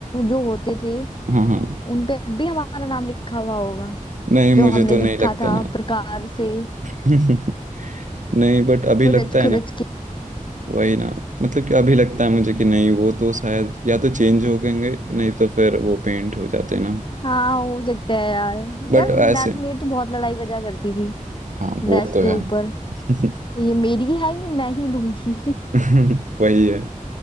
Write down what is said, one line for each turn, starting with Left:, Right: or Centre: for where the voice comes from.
Left: जो होते थे
Right: हाँ हाँ
Left: उन पे अब भी हमारा नाम लिखा हुआ होगा
Right: नहीं
Left: जो
Right: मुझे
Left: हमने
Right: तो
Left: लिखा
Right: नहीं लगता
Left: था
Right: ना
Left: प्रकार से
Right: <laughs> नहीं बट अभी
Left: खुरच
Right: लगता है
Left: खुरच
Right: ना
Left: के
Right: वही ना मतलब कि अभी लगता है मुझे कि नहीं वो तो शायद या तो चेंज हो गएंगे नहीं तो फिर वो पेंट हो जाते हैं ना
Left: हाँ हो सकता है यार
Right: बट
Left: यार मैं
Right: ऐसे
Left: मेरी तो बहुत लड़ाई बजा करती थी
Right: हाँ वो
Left: डेस्क
Right: तो
Left: के
Right: है
Left: ऊपर
Right: <laughs>
Left: ये मेरी है ये मैं ही लूंगी
Right: <laughs> वही है